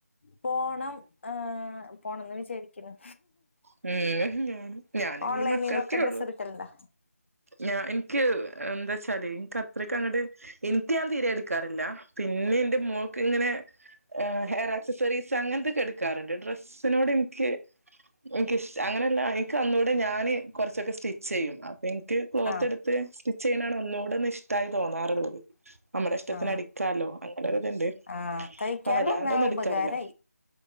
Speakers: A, on the left (about 45°); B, on the right (about 60°).
A: പോണം ഏഹ് പോണംന്ന് വിജാരിക്ക്ണ്
B: ഹ്മ് ഹ് ഞാനഞ്ഞ്
A: ഓൺലൈനിന്നൊക്കെ
B: മക്കൾക്കേ
A: ഡ്രസ്സ്
B: ഉള്ളു
A: എടുക്കലുണ്ടാ
B: ഞാ ഇൻക്ക് എന്താച്ചാല് ഇൻക്കത്രക്കങ്ങട്ട് ഇൻക്ക് ഞാൻ തീരെ ഇടുക്കാറില്ല പിന്നെ എന്റെ മോക്ക് ഇങ്ങനെ ഏഹ് ഹെയർ അക്സസറീസ് അങ്ങൻ ത്തൊക്കെ എടുക്കാറുണ്ട് ഡ്രസ്സിനോട് ഇൻക്ക് എൻക്കിഷ് അങ്ങനെല്ല ക്കൊന്നൂടെ ഞാന് കൊർച്ചൊക്കെ സ്റ്റിച്ചെയ്യും അപ്പൊ എൻക്ക് ക്ലോത്ത്
A: ആ
B: എടുത്ത് സ്റ്റ് ചെയ്യുനാണ് ഒന്നൂടൊന്ന് ഇഷ്ട്ടായി തോന്നാറുള്ളത് നമ്മുടെ ഇഷ്ട്ടത്തിന്
A: ആ
B: അടിക്കാലോ അങ്ങനെ ഒരുതുണ്ട്
A: ആ തയ്ക്കാനറിഞ്ഞാ
B: അപ്പ വല്ലാണ്ടൊന്നും ഇടുക്കാറില്ല.
A: ഉപകാരായി